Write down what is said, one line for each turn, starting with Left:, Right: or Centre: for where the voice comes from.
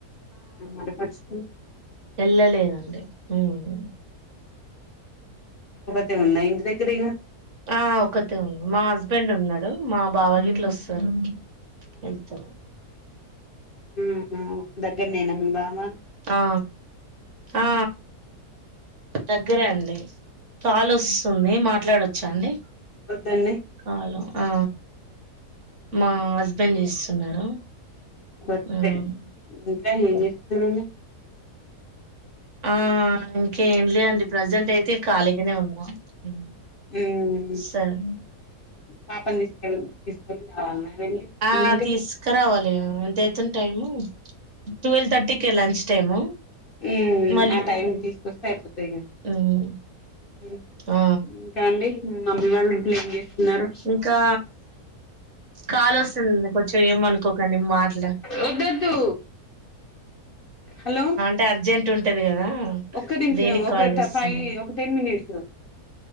Left: ఆడపడుచుకు
Right: ఏళ్లలేదండి మ్
Left: తే ఉందా ఇంటి దగ్గరిగ
Right: ఆ ఒకతే ఉంది మా హస్బెండ్ ఉన్నాడు మా బావగిట్లోస్తారు ఎల్తారు
Left: మ్ హు దగ్గరనేన మీ బావ్
Right: ఆ ఆ దగ్గరే అండి కాల్ వస్తుంది మాట్లాడొచ్చా అండి
Left: వద్దన్నే
Right: కాలు ఆ మా హస్బెండ్ చేస్తున్నారు
Left: ఒకే
Right: ఉమ్.
Left: ఇంకా ఏం చేస్తున్నారండి
Right: ఆ ఇంకేం లేదండి ప్రజెంట్ అయితే ఖాళీగానే ఉన్నా ఉమ్.
Left: మ్
Right: సరే
Left: పాపని తీసుకొని రావాల్నా వెళ్ళి
Right: ఆ
Left: ఎన్నింటికి
Right: తీసుకురావాలి దైతుంది టైము ట్వెల్్ థర్టీకే లంచ్ టైము
Left: మ్
Right: మళ్ళీ
Left: ఆ టైం తీసుకొస్తే అయిపోతాదిగ
Right: ఉమ్.
Left: మ్
Right: ఆ
Left: ఇంకా అండి మీ మమ్మీ వాళ్ళు గిట్ల ఏం చేస్తున్నారు
Right: ఇంకా కాల్ వస్తుంది కొంచెం ఏమనుకోకండి మాట్లా
Left: వద్దద్దుూ హలో
Right: టే అర్జెంట్ ఉంటది కదా
Left: ఒక్క నిమిషం
Right: దేనికి
Left: ఒక
Right: కాల్ చేస్తున్నాను
Left: ఫైవ్ ఒక టెన్ మినిట్స్